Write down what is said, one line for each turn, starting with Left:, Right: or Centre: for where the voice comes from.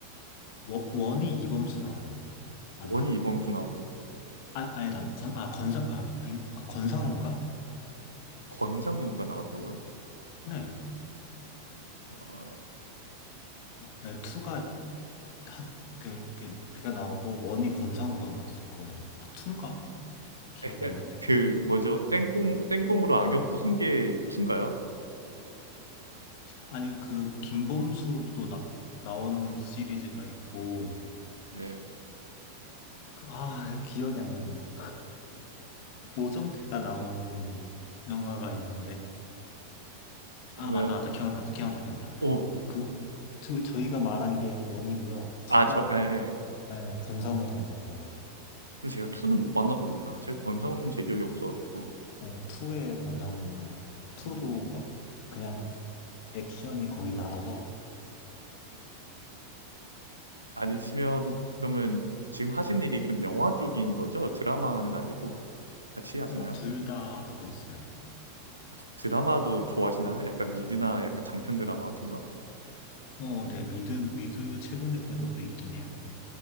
Left: 워- 원이 이범수 나와요 맞나?
Right: 원이 이범주 나오고
Left: 아 아니다 건, 아 건상 아 아니 아 건상우인가?
Right: 권상우가 나왔다고요?
Left: 네아
Right: 어,
Left: 네, 투가 하, 그, 그, 그가 나오고 원이 건상우가 나왔을 거예요 아 투인가? 기억이
Right: 약간
Left: 안 나네
Right: 그 뭐죠? 땡꽁 땡꽁으로 안경 부순 게투인가요
Left: 아니 그 김범수도 나, 나오는 시리즈가 있고
Right: 네.
Left: 그- 아, 기억이 안 나네요. 그 오정태가 나오는 영화가 있는데.
Right: 그러면
Left: 아, 맞다, 맞다. 기억났어 기억났다, 기억났다.
Right: 오,
Left: 그, 저, 저희가 말한 게 원이고요. 투가,
Right: 아, 저, 예.
Left: 예, 권상우 나오는 거예요.
Right: 근데 제가 투는못 봤나 봅니다. 제가 권상우는 제 기억이 없어가지고.
Left: 예, 투에 권상우 나와요. 투도
Right: 음,
Left: 막, 그냥 액션이 거의 달아서,
Right: 아니시면 그러면 지금 하신 일이 그럼 영화 쪽인 거죠? 드라마는 아니고. 같이 하시나요?
Left: 어, 둘 다 하고 있어요.
Right: 혹시 드라마도 좋아하시나요? 약간 미드나 약간 장편 드라마 같은 거?
Left: 어, 네, 미드, 미드 최근에 본 것도 있긴 해요.